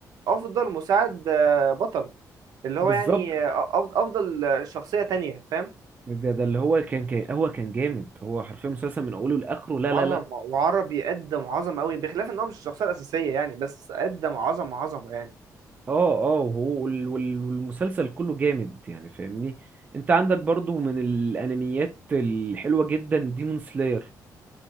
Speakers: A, on the right (about 70°); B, on the right (about 25°).
A: افضل مساعد آه، بطل اللي هو
B: بالظبط
A: يعني آه، أف- افضل شخصية تانية فاهم
B: ده ده اللي هو كان كان هو كان جامد هو حرفيا مسلسل من اوله لاخره لا
A: عظمة
B: لا لا
A: وعربي قدم عظمة قوي بخلاف ان هو مش الشخصية الأساسية يعني بس قدم عظمة عظمة يعني
B: اه اه وهو وال- وال- والمسلسل كله جامد يعني فاهمني انت عندك برضو من الانميات الحلوه جدا ديمون سلاير